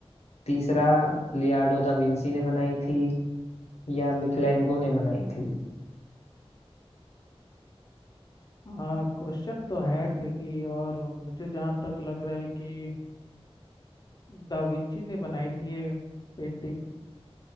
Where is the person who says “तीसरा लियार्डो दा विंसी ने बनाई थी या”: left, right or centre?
Left